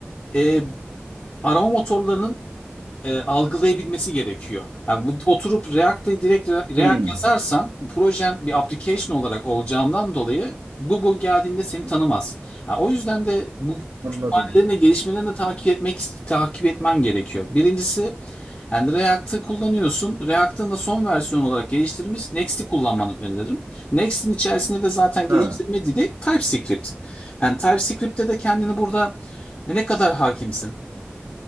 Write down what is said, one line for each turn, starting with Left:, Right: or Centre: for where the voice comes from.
Left: e, arama motorlarının e, algılayabilmesi gerekiyor. Yani bu, oturup React'te direkt Re- React
Right: Hmm,
Left: yazarsan projen bir application olarak olacağından dolayı Google geldiğinde seni tanımaz. Yani o yüzden de bu
Right: anladım.
Left: kütüphanelerin de gelişmelerini de takip etmek takip etmen gerekiyor. Birincisi yani React'ı kullanıyorsun. React'ın da son versiyon olarak geliştirilmiş Next'i kullanmanı öneririm. Next'in içerisinde de zaten geliştirme
Right: Ha,
Left: dili TypeScript. Yani TypeScript'te de kendini burada ne kadar hakimsin?